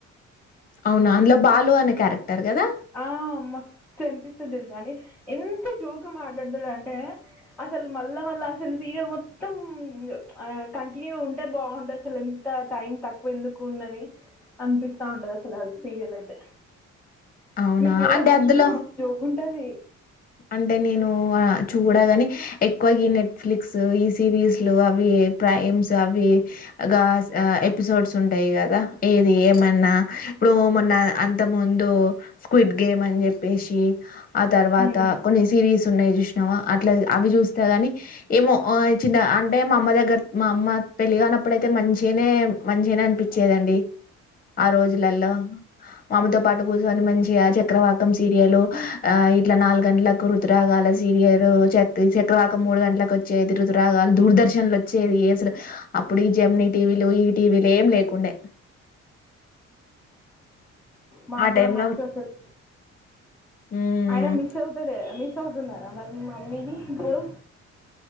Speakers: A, on the left (about 30°); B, in the centre.
A: అవునా అందులో బాలు అనే క్యారెక్టర్ కదా
B: ఆ మస్తు అనిపిస్తుంది. తెలుసాండి. ఎంతో జోక్ గా మాట్లాడతాడంటే, అసలు మళ్ళా మళ్ళా అసలు సీరియల్ మొత్తం గ్ ప్చ్ కంటిన్యూ ఉంటే బాగుంటది. అసలు ఎంత టైం తక్కువ ఎందుకు ఉన్నది. అనిపిస్తాంటది. అసలు అ సీరియల్లో అయితే
A: అవునా
B: మీర్ జూడరా
A: అంటే అందులో
B: అది మస్ట్ ఉంటది.
A: అంటే నేను ఆ చూడగాని, ఎక్కువ ఈ నెట్ఫ్లిక్స్ ఈ సీరిస్ లు అవి ప్రైమ్స్ తూ అవ్వి ఆ గాస్ ఆ ఎపిసోడ్స్ ఉంటాయి. కదా ఏది ఏమన్నా ఇప్పుడు, మొన్న అంతకు ముందు స్కూయిబ్ గేమ్ అని చెప్పేసి, ఆ తర్
B: హ్మ్
A: తాక్ కొన్ని సీరియస్ ఉన్నాయి. చూసినావా అట్లాగ్ అవి చూస్తా గాని ఏమో ఆ చిన్న అంటే, మా అమ్మ దగ్గర మా అమ్మ పెళ్ళి గాన్నప్పుడయితే మంచిగానే, మంచిగానే అనిపించేదండి. ఆ రోజులల్లో మామెతో పాటు కూర్చొని మంచిగా, ఆ చక్రవాకం సీరియల్ ఆ ఇట్లా నాల్గ్ గండ్లకు రుతురాగాల సీరియర్ చక్ చక్రవాకం మూడు గంట్లకు వచ్ చ్చేది. రుతురాగాలు, దూర్ దర్శన్లు వచ్చేది. ఏసుడే అప్పుడే ఈ జమ్నీ టీవీలు, ఈటీవీలు ఏం లేకుండే
B: మాగ్
A: ఆ
B: కూడా
A: టైమ్
B: మస్త్
A: లో
B: వస్తరు.
A: మ్మ్
B: ఆయన మిస్ అవుతలే మిస్ మిస్ అవుతున్నారా, మరి మీ మమ్మీ ని ఇప్పుడు